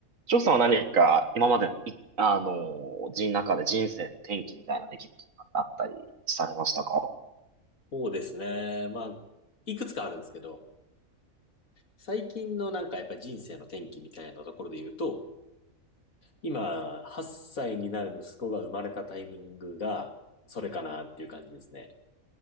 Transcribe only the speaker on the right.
翔さんは何か今までのい、あのー、人中で人生の転機みたいな出来事があったりされましたか